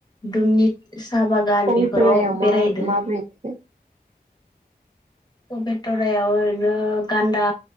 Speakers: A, on the left (about 25°); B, on the right (about 45°).
A: दुमनिक साहा बागान
B: पबितरायाव
A: बेफोराव बेराय
B: मा
A: हैदो
B: <inaudible>
A: पबितरायाव ओरैनो गान्दा